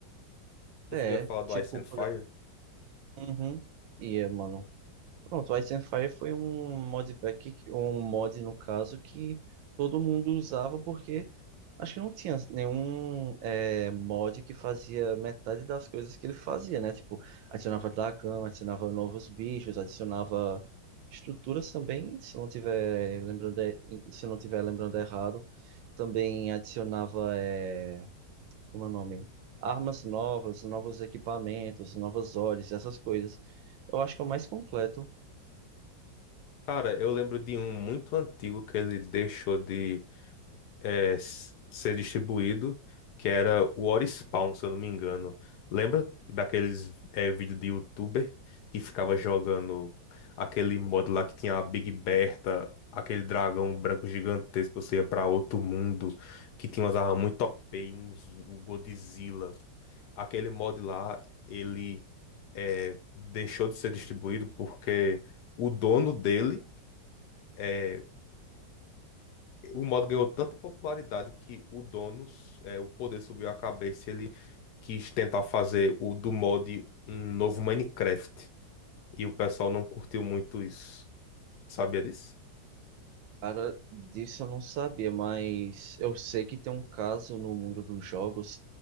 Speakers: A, on the left; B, on the right.
A: Tu
B: É,
A: ia falar do
B: tipo,
A: Ice and
B: por...
A: Fire?
B: Uhum. E é, mano, Pronto, o Ice and Fire foi um modpack, que- um mod no caso, que todo mundo usava porque acho que não tinha nenhum é, mod que fazia metade das coisas que ele fazia, né? Tipo, adicionava dragão, adicionava novos bichos, adicionava estruturas também, se não tiver lembrando, e- se não tiver lembrando errado, também adicionava, é, como é o nome? Armas novas, novos equipamentos, novas olhos, essas coisas. Eu acho que é o mais completo.
A: Cara, eu lembro de um muito antigo que ele deixou de é, s- ser distribuído, que era o Orispawn, se eu não me engano. Lembra daqueles é, vídeos de youtuber que ficava jogando aquele modo lá que tinha a Big Bertha, aquele dragão branco gigantesco, você ia pra outro mundo, que tinha umas armas muito OP, e uns o Godzilla. Aquele mod lá, ele é, deixou de ser distribuído porque o dono dele. é, o modo ganhou tanta popularidade que o dono, é, o poder subiu a cabeça, e ele quis tentar fazer o do mod um novo Minecraft. E o pessoal não curtiu muito isso. Sabia disso?
B: Cara, disso eu não sabia, mas eu sei que tem um caso no mundo dos jogos